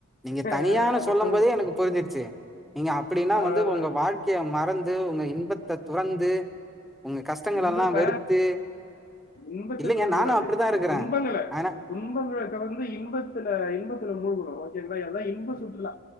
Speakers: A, in the centre; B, on the left.
A: நீங்க
B: ஆஹ்
A: தனியான
B: அதை
A: சொல்லும்
B: சொல்லுங்க
A: போதே எனக்கு புரிஞ்சிருச்சி நீங்க அப்டினா
B: அவ்வளவுதான்
A: வந்து உங்க வாழ்க்கைய மற ந்து உங்க இன்பத்தை துறந்து உங்க கஷ்டங்கள்
B: இன்பத்த
A: எல்லாம் வெறுத்து
B: இன்பத்த
A: இல்லைங்க
B: துறக்க
A: நானும்
B: கூடாது
A: அப்படிதான் இருக்கிறேன்
B: துன்பங்கள
A: ஆனா
B: துன்பங்கள கடந்து இன்ப த்துல இன்பத்துல முழுகனு ஓகேங்களா ஏனா இன்பம் சுற்றுலா